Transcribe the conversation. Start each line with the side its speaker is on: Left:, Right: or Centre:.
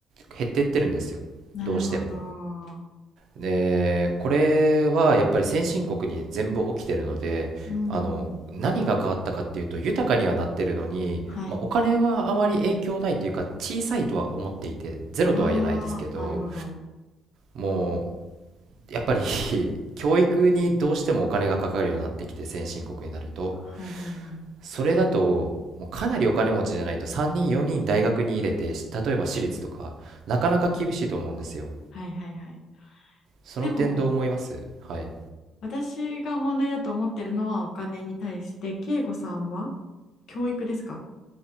Right: 減ってってるんですよ。
Left: なるほど。
Right: どうしても。で、これはやっぱり先進国に全部起きてるので、
Left: うん、
Right: あの、何が変わったかっていうと、豊かにはなってるのに、
Left: はい。
Right: まあ、お金はあまり影響ないというか、小さいとは思っていて、ゼロとは言えないですけど、
Left: ああ、なるほど。
Right: もう、やっぱり <laughs> 教育にどうしてもお金がかかるようになってきて、先進国になると。
Left: はいはいはい。
Right: それだと、もうかなりお金持ちじゃないと3人4人大学に入れて、し例えば私立とか、なかなか厳しいと思うんですよ。
Left: はいはいはい。
Right: その点どう思いますはい。
Left: でも、私が問題だと思ってるのはお金に対して、慶吾さんは教育ですか